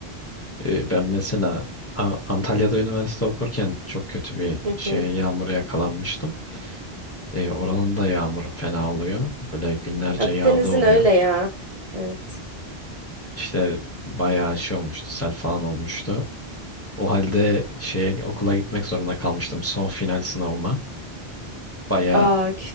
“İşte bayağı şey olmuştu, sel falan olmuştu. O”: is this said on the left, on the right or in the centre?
Left